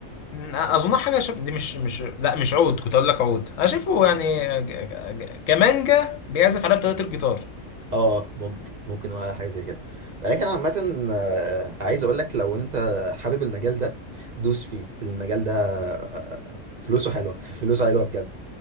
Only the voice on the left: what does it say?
م- اظن حاجه شب... دي مش مش لا مش عود كنت اقول لك عود انا شايفه يعني ج- ج- كمانجا بيعزف عليها بطريقه الجيتار